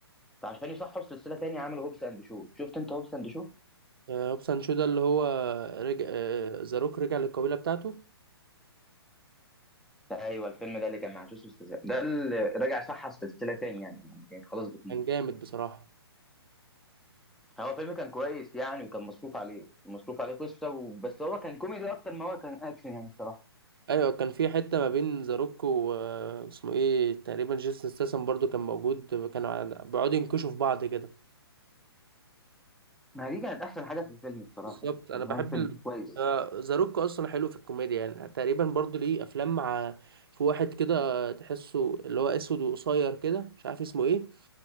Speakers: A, in the centre; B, on the right.
A: فعشان يصحوا السلسله تاني عملوا هوبس اند شو شفت انت هوبس اند شو
B: آه، هوبس اند شو ده اللي هو رجع ذا روك رجع للقبيلة بتاعته
A: ايوه الفيلم ده اللي كان مع جوسوس ستاثام. ده اللي رجع صح السلسله تاني يعني يعني كانت خلاص بتموت
B: كان جامد بصراحة
A: هو فيلم كان كويس يعني وكان مصروف عليه مصروف عليه قصه و... بس هو كان كوميدي اكتر ما هو كان اكشن يعني بصراحه
B: ايوه كان في حته ما بين ذا روك واسمه ايه تقريبا جيسون ستاثام برضو كان موجود كانوا على- بيقعدوا ينكشوا في بعض كده
A: ما دي كانت احسن حاجه في الفيلم بصراحه
B: بالظبط
A: يعني
B: انا
A: هو
B: بحب
A: الفيلم
B: ال...
A: كويس
B: آه، ذا روك اصلا حلو في الكوميديا يعني تقريبا برضو ليه افلام مع في واحد كده تحسه اللي هو اسود وقصير كده مش عارف اسمه ايه